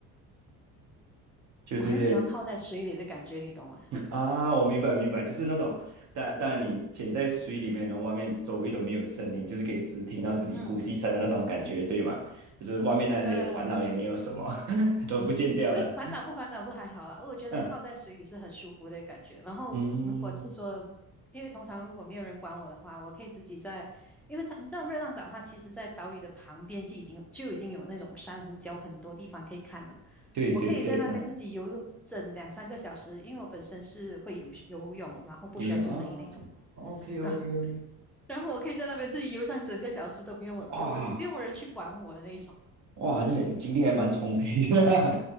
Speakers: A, on the right; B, in the centre.
A: 就这些
B: 我很喜欢泡在水里的感觉，你懂吗？
A: 啊，我明白明白，就是那种，但但你潜在水里面，然后外面周围都没有声音，就是可以只听到自己呼吸声的那种感觉，
B: 嗯，
A: 对吗？就是外面那些烦恼也没有什么，
B: <laughs> 呃，
A: <laughs> 都不见掉了。
B: 就是烦恼不烦恼不还好啦，我觉得泡在水里是很舒服的感觉。
A: 嗯
B: 然后如果是说，
A: 嗯，
B: 因为通常如果没有人管我的话，我可以自己在，因为他，你知道热浪岛它其实在岛屿的旁边就已经就已经有那种珊瑚礁，很多地方可以看了。
A: 对对对，
B: 我可以在那边自己游整两三个小时，
A: 嗯，
B: 因为我本身是会游游泳，然后不需要救生衣那种。
A: 游泳啊，OK
B: <laughs> 然后
A: OK OK，
B: 然后我可以在那边自己游上整个小时都不用不用不用人去管我的那一种。
A: 哇哇，这精力还蛮充沛的，